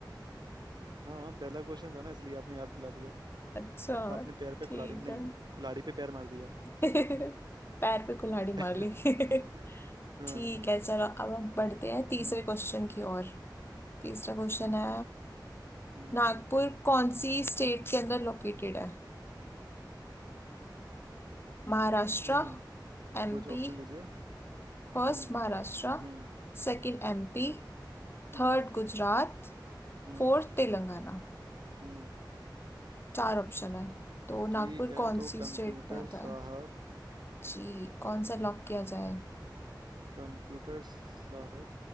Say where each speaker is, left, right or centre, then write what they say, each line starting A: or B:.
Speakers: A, on the right; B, on the left.
A: हाँ हाँ, पहला क्वेश्चन था ना इसलिए आपने याद दिला दिया
B: अच्छा
A: आपने पैर पे
B: ठीक
A: कुल्हाड़ी नहीं
B: है
A: कुल्हाड़ी पे पैर मार दिया
B: <laughs> पैर पे कुल्हाड़ी
A: <laughs>
B: मार ली <laughs>
A: हाँ
B: ठीक है चलो अब हम बढ़ते हैं तीसरे
A: हम्म
B: क्वेश्चन की ओर तीसरा क्वेश्चन है
A: हम्म
B: नागपुर कौन सी स्टेट के अंदर लोकेटेड है Maharashtra
A: हम्म
B: MP
A: कुछ ऑप्शन दीजिए हम्म
B: First Maharashtra
A: हम्म
B: second MP
A: हम्म
B: third Gujarat
A: हम्म
B: fourth Telangana
A: हम्म
B: चार ऑप्शन है तो नागपुर
A: ठीक है
B: कौन
A: तो
B: सी
A: कंप्यूटर
B: स्टेट में आता
A: साहब
B: है जी कौन सा लॉक किया जाए
A: कंप्यूटर साहब